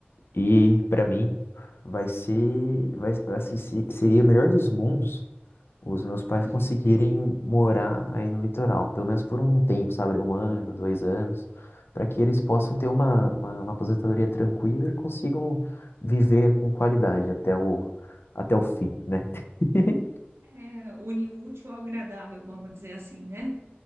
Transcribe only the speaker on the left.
e para mim vai ser, vai, assim, se- seria o melhor dos mundos os meus pais
conseguirem morar aí no litoral, pelo menos por um tempo, sabe? Um ano, dois anos, para que eles possam ter uma, uma, uma aposentadoria tranquila e consigam viver com qualidade até o, até o fim, né? <laughs>